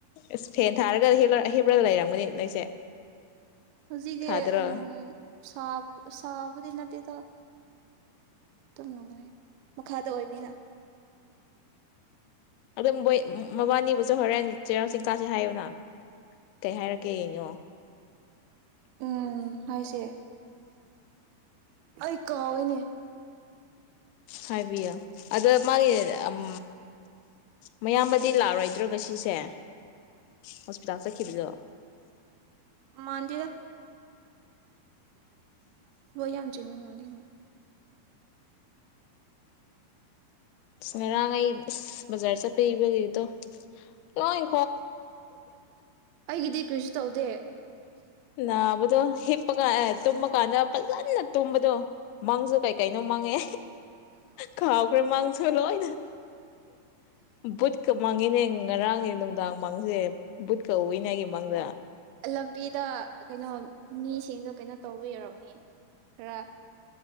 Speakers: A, on the left (about 85°); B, on the right (about 80°).
A: ꯑꯦꯁ ꯐꯦꯟ ꯊꯥꯔꯒ ꯍꯤꯞꯂꯒ ꯂꯩꯔꯝꯒꯅꯤ ꯅꯣꯏꯁꯦ꯫
B: ꯍꯧꯖꯤꯛꯇꯤ
A: ꯊꯥꯗ꯭ꯔꯣ
B: ꯑ ꯁꯥꯄ ꯁꯥꯄ꯫ ꯗꯤ ꯅꯠꯇ‌ꯦꯗ꯫ ꯑꯗꯨꯝ ꯅꯨꯡꯉꯥꯏꯌꯦ ꯃꯈꯥꯗ ꯑꯣꯏꯕꯅꯤꯅ꯫
A: ꯑꯗꯨꯝꯕꯣꯏ ꯃꯕꯥꯅꯤꯕꯨꯁꯨ ꯍꯣꯔꯦꯟ ꯆꯩꯔꯥꯎ ꯆꯤꯡꯀꯥꯁꯦ ꯍꯥꯏꯌꯨꯅ ꯀꯩ ꯍꯥꯏꯔꯛꯀꯦ ꯌꯦꯡꯉꯣ꯫
B: ꯎꯝ ꯍꯥꯏꯁꯦ꯫ ꯑꯩ ꯀꯥꯎꯑꯦꯅꯦ꯫
A: ꯍꯥꯏꯕꯤꯌꯣ ꯑꯗ ꯃꯥꯒꯤ ꯎꯝ ꯃꯌꯥꯝꯕꯗꯤ ꯂꯥꯔꯣꯏꯗ꯭ꯔꯣ ꯉꯁꯤꯁ‌ꯦ ꯍꯣꯁꯄꯤꯇꯥꯜ ꯆꯠꯈꯤꯕꯗꫭ
B: ꯃꯥꯟꯗ‌ꯦꯗ ꯊꯕꯛ ꯌꯥꯝ ꯆꯤꯟꯕ ꯃꯥꯜꯂ‌ꯦꯃ
A: ꯑꯁ ꯉꯔꯥꯡ ꯑꯩ ꯏꯁ ꯕꯖꯔ ꯆꯠꯄꯩꯕꯒꯤ ꯗꫭ ꯂꫭꯏ
B: ꯑꯩꯒꯤꯗꯤ ꯀꯔꯤꯁꯨ ꯇꯧꯗꯦ
A: ꯅꯥꯕꯗꯣ ꯍꯤꯞꯄꯒ ꯑꯦ ꯇꯨꯝꯕ ꯀꯥꯟꯗ ꯐꯖꯅ ꯇꯨꯝꯕꯗꯣ ꯃꯪꯁꯨ ꯀꯩ ꯀꯩꯅꯣ ꯃꯪꯉꯦ ꯀꯥꯎꯈ꯭ꯔ‌ꯦ ꯃꯪꯁꯨ ꯂꫭꯏꯅ ꯕꯨꯠꯀ ꯃꯥꯡꯒꯤꯅꯦ ꯉꯔꯥꯡꯒꯤ ꯅꯨꯡꯗꯥꯡ ꯃꯡꯁꯦ ꯕꯨꯠꯀ ꯎꯏꯅ‌ꯦ ꯑꯩꯒꯤ ꯃꯪꯗ
B: ꯂꯝꯕꯤꯗ ꯀꯩꯅꯣ ꯃꯤꯁꯤꯡꯗꯣ ꯀꯩꯅꯣ ꯇꯧꯕꯤ ꯑꯣꯏꯔꯝꯅꯤ ꯈꯔ